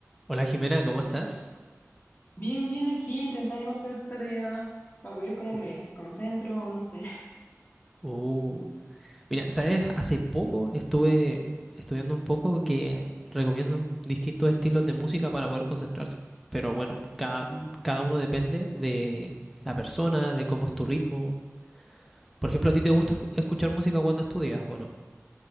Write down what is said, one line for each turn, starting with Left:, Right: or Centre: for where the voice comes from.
Centre: Hola Jimena, ¿cómo estás?
Left: Bien, bien aquí intentando hacer tarea para ver cómo me
Centre: Uh,
Left: concentro, o no sé. <laughs>
Centre: uh, mira, ¿sabes? Hace poco estuve estudiando un poco que recomiendan distintos estilos de música para poder concentrarse. Pero bueno, cada, cada uno depende de la persona, de cómo es tu ritmo. Por ejemplo, ¿a ti te gusta escu- escuchar música cuando estudias o no?